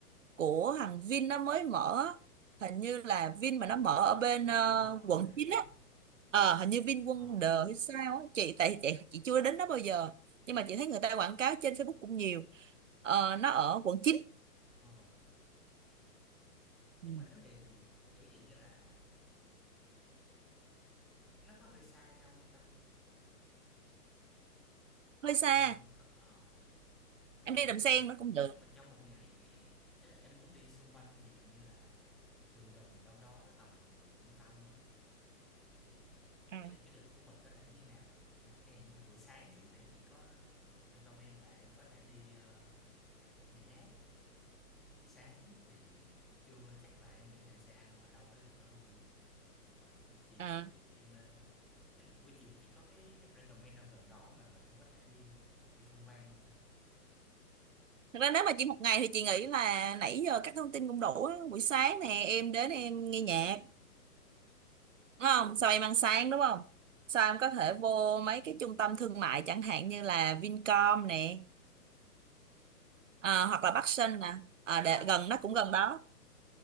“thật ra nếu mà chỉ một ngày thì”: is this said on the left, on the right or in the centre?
Right